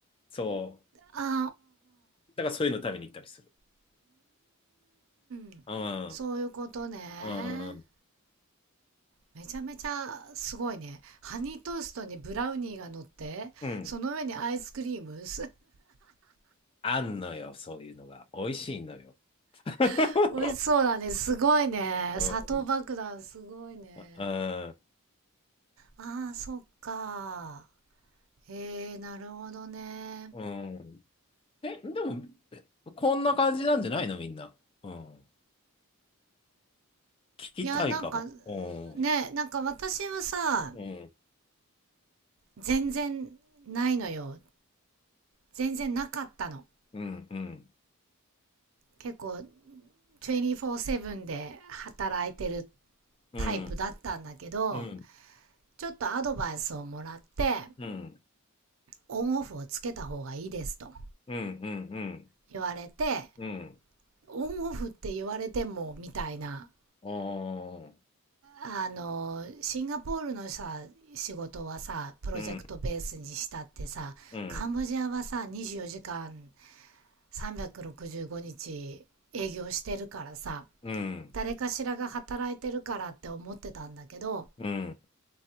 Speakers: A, on the left; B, on the right.
A: そ
B: あ
A: う。だからそういうの食べに行ったりする。
B: ー、うんうん。うーん。
A: うん。
B: そういうことね。
A: うん。
B: めちゃめちゃすごいね。ハニートーストにブラウニーが乗って、
A: うん。
B: その上にアイスクリーム
A: あんのよ、そういうのが。美味しいのよ。<laughs>
B: <laughs> 美味しそうだね。すごいね。
A: うん。
B: 砂糖爆弾すごいね。
A: うん。
B: ああ、そっか。へえ、なるほどね。
A: うんえ、でも、えこんな感じなんじゃないの、みんな。うん。聞きたいかも。
B: いや、なんか、
A: う
B: ね、なんか私はさ、
A: ん。うん。
B: 全然ないのよ。全然なかったの。
A: うん。
B: 結構、24-7で働いてる
A: うん。
B: タイプだったんだけど、
A: うん。
B: ちょっとアドバイスをもらって、
A: うん。うん。
B: オンオフをつけた方がいいですと
A: うん。うん。うん。
B: 言われて、
A: うん。
B: オンオフって言われてもみたいな
A: ああ
B: あの、シンガポールのさ、仕事はさ、プロジェクトベースにしたってさ、
A: うん、うん、
B: カンボジアはさ、24時間365日営業してるからさ、
A: うん、
B: 誰かしらが働いてるからって思ってたんだけど、
A: うん。